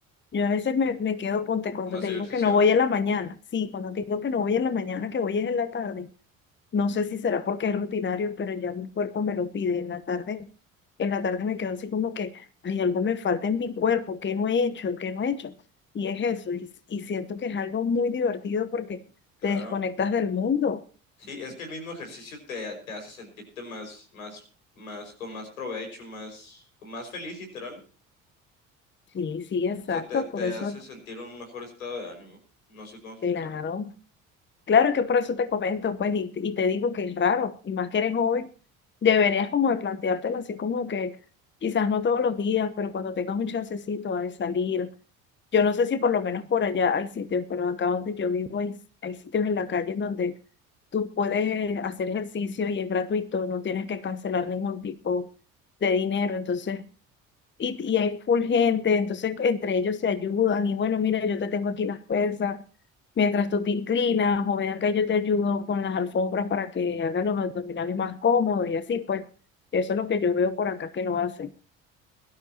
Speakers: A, on the left; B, on the left.
A: Yo a veces me, me quedo, ponte, cuando
B: más
A: te
B: ejercicio,
A: digo que no voy en la mañana, sí, cuando te digo que no voy en la mañana, que voy es en la tarde, no sé si será porque es rutinario, pero ya mi cuerpo me lo pide en la tarde, en la tarde me quedo así como que, ay algo me falta en mi cuerpo, ¿qué no he hecho? ¿Qué no he hecho? Y es eso, y, y siento que es algo muy divertido porque
B: claro.
A: te desconectas del mundo.
B: Sí, es que el mismo ejercicio te, te hace sentirte más, más, más, con más provecho, más, con más feliz, literal.
A: Sí, sí, exacto,
B: O sea, te, te
A: por eso,
B: hace sentir un mejor estado de ánimo. No sé cómo explicarlo.
A: claro. Claro, es que por eso te comento, pues, y, y te digo que es raro, y más que eres joven, deberías como de planteártelo así como que quizás no todos los días, pero cuando tengas un chancecito de salir, yo no sé si por lo menos por allá hay sitios, pero acá donde yo vivo hay, hay sitios en la calle en donde tú puedes hacer ejercicio y es gratuito, no tienes que cancelar ningún tipo de dinero, entonces y, y
B: Ujú.
A: hay full gente, entonces entre ellos se ayudan y bueno, mira, yo te tengo aquí las pesas, mientras tú te inclinas o ven acá, yo te ayudo con las alfombras para que hagan los abdominales más cómodos y así, pues eso es lo que yo veo por acá que lo hacen.